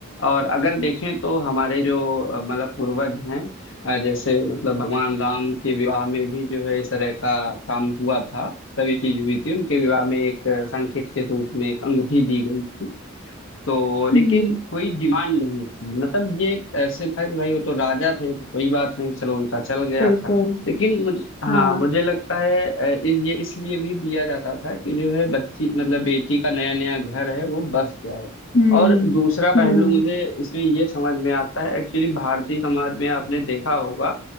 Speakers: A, on the left (about 60°); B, on the left (about 35°).
A: और अगर देखें तो हमारे जो अ, मतलब पूर्वज हैं अ, जैसे मतलब भगवान राम के विवाह में भी जो है इस तरह का काम हुआ था सभी चीज हुई थी उनके विवाह में एक अ, संकेत के रूप में एक अंगूठी दी गई थी तो लेकिन
B: हम्म,
A: कोई डिमांड नहीं थी मतलब ये एक ऐसे था कि भाई वो तो राजा थे तो कोई बात नहीं चलो उनका चल गया
B: बिल्कुल
A: था लेकिन मुझे हाँ
B: हाँ
A: मुझे लगता है अ, इस ये इसलिए भी दिया जाता था कि जो है बच्ची मतलब बेटी का नया नया घर है वो बस जाए
B: हम्म
A: और दूसरा पहलू
B: हम्म
A: मुझे इसमें ये समझ में आता है एक्चुअली भारतीय समाज में आपने देखा होगा